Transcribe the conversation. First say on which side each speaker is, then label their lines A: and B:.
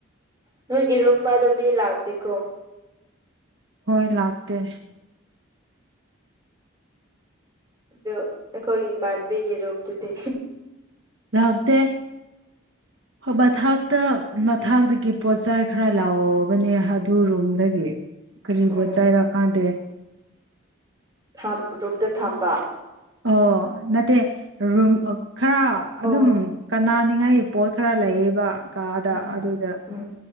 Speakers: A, on the right (about 20°); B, on the right (about 60°).
A: ꯅꯣꯏꯒꯤ ꯔꯨꯝꯃꯗꯤ ꯃꯤ ꯂꯥꯛꯇꯦꯀ
B: ꯍꯣꯏ ꯂꯥꯛꯇꯦ꯫
A: ꯑꯗꯨ ꯑꯩꯈꯣꯏꯒꯤ ꯏꯃꯥꯟꯕꯤꯒꯤ ꯔꯨꯝꯗꯨꯗꯤ
B: ꯂꯥꯛꯇ‌ꯦ ꯍꫭ ꯃꯊꯥꯛꯇ ꯃꯊꯥꯛꯇꯒꯤ ꯄꯣꯠꯆꯩ ꯈꯔ ꯂꯥꯎꯔꯨꯕꯅꯦ ꯑꯗꯨ ꯔꯨꯝꯗꯒꯤ꯫ ꯀꯔꯤꯕꯨ
A: ꯎꯝ
B: ꯆꯥꯏꯔꯥ ꯈꯪꯗꯦ
A: ꯊꯝ ꯔꯨꯝꯗ ꯊꯝꯕ
B: ꯑꯣ ꯅꯠꯇꯦ ꯔꯨꯝ ꯈꯔ ꯑꯗꯨꯝ
A: ꯑꯣ
B: ꯀꯅꯥ ꯊꯥꯅꯤꯡꯉꯥꯏꯒꯤ ꯄꯣꯠ ꯈꯔ ꯂꯩꯌꯦꯕ ꯀꯥꯗ
A: ꯎꯝ
B: ꯑꯗꯨꯗ
A: ꯎꯝ